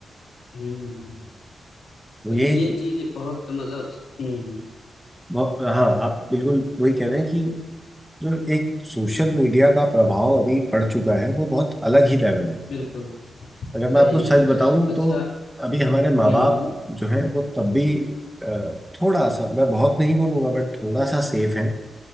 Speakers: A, on the left; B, in the centre.
A: हम्म,
B: तो
A: तो
B: ये
A: ये
B: जी-
A: चीज़ बहुत मतलब हम्म,
B: बहुत- हाँ आप बिल्कुल वही कह रहे हैं कि जो एक सोशल मीडिया का प्रभाव अभी पड़ चुका है वो बहुत अलग ही लेवल है
A: बिल्कुल
B: अगर
A: सही
B: मैं आपको सच
A: है।
B: बताऊं
A: अच्छा
B: तो अभी हमारे
A: हम्म
B: माँ बाप
A: हम्म,
B: जो है वो तब भी अ, थोड़ा सा मैं बहुत नहीं बोलूंगा बट थोड़ा सा सेफ है